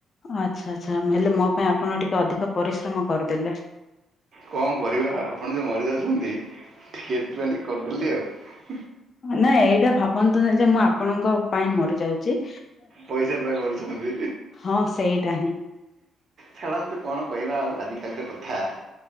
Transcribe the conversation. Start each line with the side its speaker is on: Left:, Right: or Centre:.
Left: ଆଚ୍ଛା ଆଚ୍ଛା ହେଲେ ମୋ ପାଇଁ ଆପଣ ଟିକେ ଅଧିକ ପରିଶ୍ରମ କରିଦେଲେ।
Right: କଣ କରିବା ଆପଣ ଯୋଉ ମରି ଯାଉଛନ୍ତି ଟିକେ ଏଥିପାଇଁ ଟିକେ କରିଦେଲି ଆଉ।
Left: ନାାଇଁ ଏଇଟା ଭାବନ୍ତୁନି ଯେ ମୁଁ ଆପଣଙ୍କ ପାଇଁ ମରି ଯାଉଚି।
Right: ପଇସା ପାଇଁ ମରୁଛନ୍ତି।
Left: ହଁ ସେଇଟା ହିଁ
Right: ଛାଡ଼ନ୍ତୁ କଣ କହିବା ଆଉ ଆଜିକାଲିର କଥା।